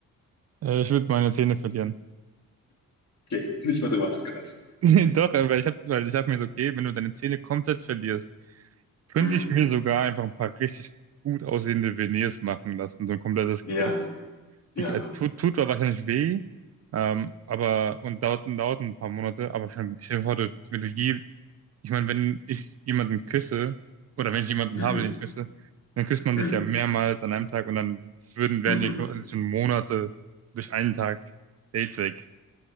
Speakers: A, on the right (about 50°); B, on the left (about 55°).
A: Äh, ich würde meine Zähne verlieren.
B: Okay, <laughs> nicht mal drüber nachgedacht.
A: <laughs> Nee, Doch, aber ich hab, weil ich hab mir so, okay, wenn du deine Zähne komplett verlierst, könnte
B: Hm.
A: ich mir sogar einfach ein paar richtig gut aussehende Veneers machen lassen, so ein komplettes
B: Ja,
A: Gebiss.
B: ne? Ja,
A: die äh,
B: ne?
A: tut, tut zwar wahrscheinlich weh, ähm, aber und dauert, dauert ein paar Monate, aber stell stell dir vor, du, wenn du je, ich meine, wenn ich jemanden küsse oder wenn ich jemanden
B: Hm,
A: habe, den ich küsse, dann küsst man
B: hm,
A: sich ja mehrmals an einem Tag und dann würden, wären
B: mhm.
A: ja quasi schon Monate durch einen Tag Date weg.